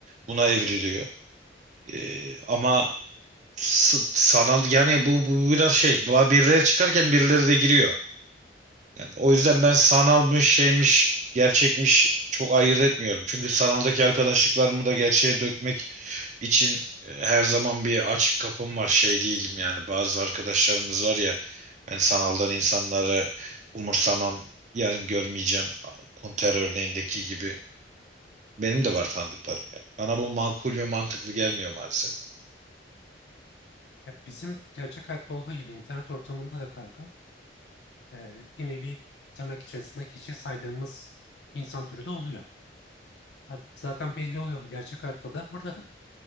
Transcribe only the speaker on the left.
Ya bizim gerçek hayatta olduğu gibi internet ortamında da kanka e, bir nevi tırnak içerisinde hiçe saydığımız insan türü de oluyor. Ha, Zaten belli oluyor bu gerçek hayatta da burada da.